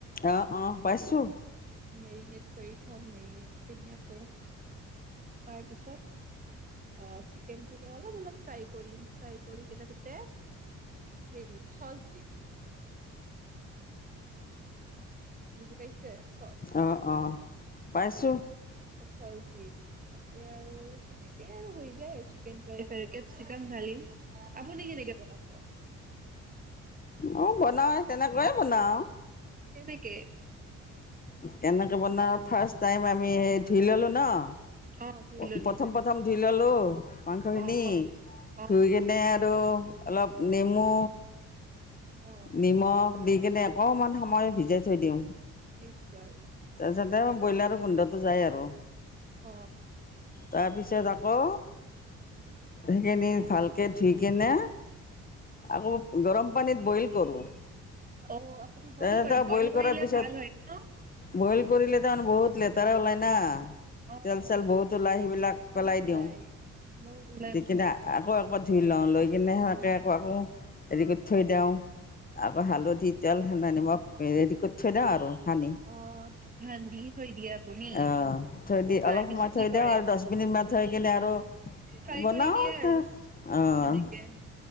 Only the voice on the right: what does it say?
মেৰিনেট কৰি থম মেৰিনেট খিনি আকৌ তাৰপিছত আ চিকেন খিনি অলপ অলপ ফ্ৰাই কৰিম ফ্ৰাই কৰি কিনে তাতে হেৰি দিম চচ দিম। বুজি পাইছে চচ।
চচ দিম তাতে আৰু সেনেকে আৰু হৈ যায় আৰু চিকেন ড্ৰাই ফ্ৰাই চিকেন ঢালিম, আপুনি কেনেকে বনাব।
কেনেকে।
অ ধুই ললো
অ অ
অ
নিশ্চয়।
অ
অ', আপুনি বইল
কৰে, বইল কৰিলে
ভাল হয় ন'।
অ
অ
বহুত
ওলাই
বহুত ওলাই
বহুত
ওলাই
অ
অ দি থৈ দিয়ে আপুনি
তাৰে
পিছত
কি কৰে
ফ্ৰাই
কৰি দিয়ে আৰু
সেনেকে।